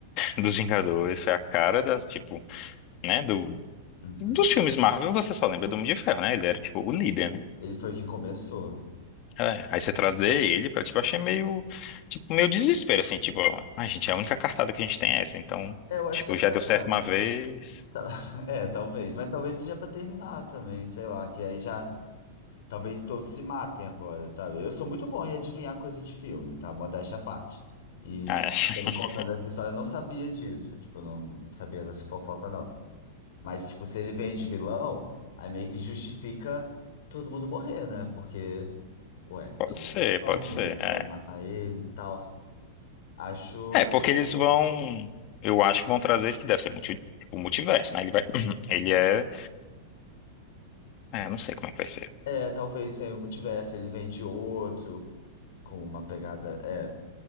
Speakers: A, on the left; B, on the left.
A: dos Vingadores, foi a cara das, tipo, né, do,
B: Uhum.
A: dos filmes Marvel, você só lembra do Homem de Ferro, né? Ele era, tipo, o líder, né?
B: Ele foi o que começou.
A: É, aí você trazer ele pra, tipo, eu achei meio, tipo, meio desespero, assim, tipo, ai, gente, a única cartada que a gente tem é essa, então,
B: É, eu acho
A: tipo,
B: que é pra...
A: já deu certo uma vez.
B: <laughs> É, talvez, mas talvez seja pra terminar também, sei lá, que aí já. Talvez todos se matem agora, sabe? Eu sou muito bom em adivinhar coisa de filme, tá? Modéstia à parte. E,
A: É,
B: tipo,
A: <laughs>
B: por conta dessa história, eu não sabia disso. Tipo, eu não sabia dessa fofoca, não. Mas, tipo, se ele vem de vilão, aí meio que justifica todo mundo morrer, né? Porque, ué,
A: pode
B: ele
A: ser,
B: é o vilão,
A: pode ser,
B: eles
A: é.
B: tentam matar ele e tal. Acho.
A: É, porque eles vão, eu acho que vão trazer que deve ser multi, tipo, multiverso, né? Ele vai, <clears throat> ele é, é, não sei como é que vai ser.
B: É, talvez se eu não tivesse, ele vem de outro, com uma pegada. É.